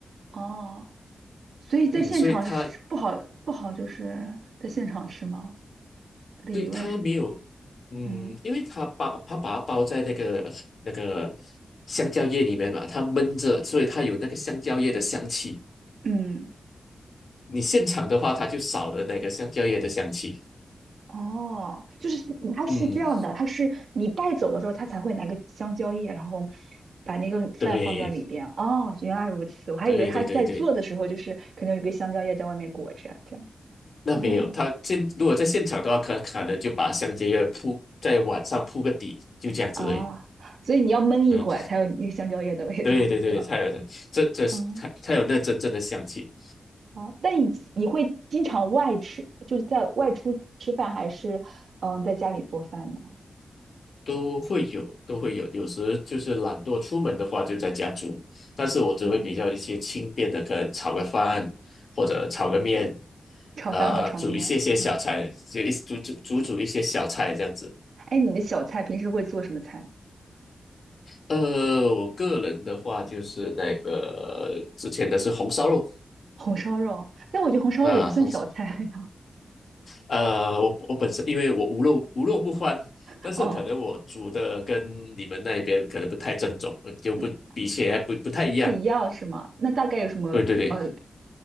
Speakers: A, on the right; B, on the left.
A: 哦，所以在现场是不好不好，
B: 嗯，所以它
A: 就是在现场吃吗？我的疑问是，
B: 对它没有，嗯，
A: 嗯
B: 因为它包它把它包在那个那个香蕉叶里面嘛，它闷着，所以它有那个香蕉叶的香气。
A: 嗯。
B: 你现场的话，它就少了那个香蕉叶的香气。
A: 哦，就是它是这样的，
B: 嗯，
A: 它是你带走的时候，它才会拿个香蕉叶，然后把那个饭放在里边。
B: 对，
A: 哦，原来如此，我还以为他在做的时候就是可能有一个香蕉叶在外面裹着，
B: 对对对对，
A: 这样。
B: 那没有，
A: 哦，
B: 它现如果在现场的话，可可能就把香蕉叶铺在晚上铺个底，就这样子而已。
A: 啊，所以你要焖一会儿才有那个香蕉叶的味道，
B: 嗯，对对对，
A: 是吧？
B: 它有这这是它它有那真正的香气。
A: 嗯，好，但你你会经常外吃，就是在外出吃饭，还是嗯在家里做饭呢？
B: 都会有，都会有。有时就是懒惰出门的话，就在家煮。但是我只会比较一些轻便的，
A: 嗯，
B: 可能炒个饭或者炒个面，
A: 炒饭或炒面。
B: 呃，煮一些些小菜，
A: 嗯，
B: 就一煮煮煮煮一些小菜这样子。
A: 哎，你的小菜平时会做什么菜呢
B: 呃，我个人的话就是那个之前的是红烧肉
A: 红烧肉，但我觉得红烧肉也不算小菜呀。
B: 啊，红烧。呃，我我本身因为我无肉无肉不欢，
A: <laughs>
B: 但是可能我煮的跟你们那边可能不太正宗，
A: 哦，
B: 就不比起来不不太一样。
A: 那不一样是吗？那大概有什么呃
B: 对对对。